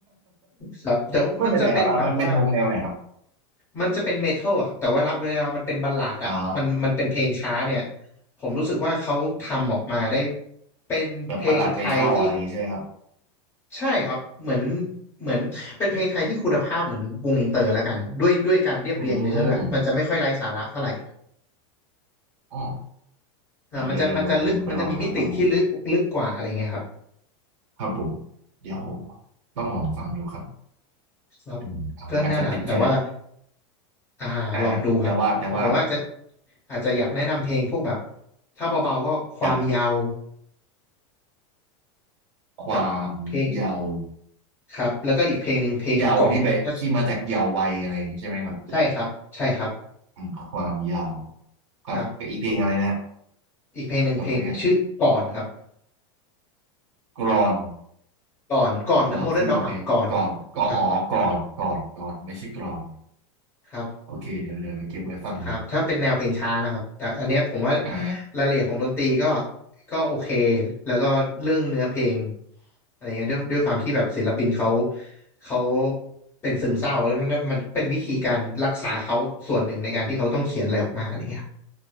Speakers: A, on the left; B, on the right.
A: ครับแต่ว่ามันจะเป็นแบบว่า
B: <laughs> ไม่เป็นไรครับอ่ะมันเป็นวงแนวไหนครับ
A: มันจะเป็นเมทัลอะครับแต่ว่าเวลามันเป็นบัลลาดอะมันมันเป็นเพลงช้าเนี่ย
B: อ๋อ
A: ผมรู้สึกว่าเขาทำออกมาได้เป็นเพลงไทยที่
B: แบบบัลลัดเมทัลอะไรอย่างงี้ใช่ไหมครับ
A: ใช่ครับเหมือนเหมือนเป็นเพลงไทยที่คุณภาพเหมือนวงอินเตอร์แล้วกันด้วยด้วยการเรียบเรียงเนื้อด้วยมันจะไม่ค่อยไร้สาระเท่าไหร่
B: อืมอ๋อ
A: อ่ามันจะมันจะลึกมันจะมีมิติที่ลึกลึกกว่าอะไรเงี้ยครับ
B: เดี๋ยวเดี๋ยวเดี๋ยวผมไปลองหาฟังดูครับผมเดี๋ยวต้องลองฟังดูครับ
A: ครับ
B: อืมอ่ะผมอาจจะติดก็ได้
A: ก็นั่นแหละแต่ว่า อ่าลองดูครับผมว่าอาจจะ
B: อ่ะฮะแต่ว่าแต่ว่า
A: อาจจะอยากแนะนำเพลงพวกแบบถ้าเบาๆก็ความยาว
B: แบบความเยาว์
A: กับเพลงครับแล้วก็อีกเพลงหนึ่งเพลงก่อนก็
B: เยาว์ที่ไปที่มาจากเยาว์วัยอะไรอย่างงี้ใช่ไหมครับ
A: ใช่ครับใช่ครับ
B: อืมความเยาว์ ครับกับอีกเพลงอะไรนะฮะ
A: ครับอีกเพลงหนึ่งเพลงชื่อก่อนครับ
B: จดไว้กัน กรอน
A: ก่อนก่อนเหมือนโมเดิร์นด็อกครับก่อน
B: อ่าขึ้นมาเพลงก่อนก็อ๋อก่อนก่อนก่อน
A: ครับ
B: ไม่ใช่กรอน
A: ครับ
B: โอเค เดี๋ยวเดี๋ยวเก็บไว้ฟังดู
A: ครับถ้าเป็นแนวเพลงช้านะครับแต่อันเนี้ยผมว่า
B: อ่า
A: รายละเอียดของดนตรีก็ก็โอเคแล้วก็เรื่องเนื้อเพลงอะไรเงี้ยด้วยด้วยความที่แบบศิลปินเขาเขาเป็นซึมเศร้าแล้วมันมันเป็นวิธีการรักษาเขาส่วนหนึ่งในการที่เขาต้องเขียนอะไรออกมาอะไรเงี้ย